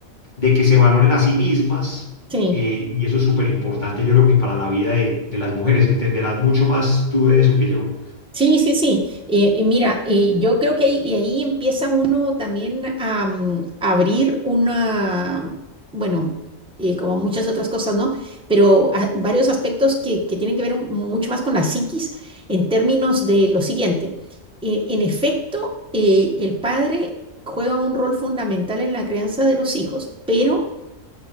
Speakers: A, on the left; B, in the centre.
A: de que se valoren a sí mismas
B: sí.
A: eh, y eso es súper importante, yo creo que para la vida de, de las mujeres, entenderás mucho más tú de eso que yo.
B: Sí, sí, sí. Eh, eh, mira, eh, yo creo que ahí, y ahí empieza uno también a, mm, abrir una, bueno, eh, como muchas otras cosas, ¿no? Pero ah, varios aspectos que, que tienen que ver mucho más con la psiquis en términos de lo siguiente. Eh, en efecto, eh, el padre juega un rol fundamental en la crianza de los hijos, pero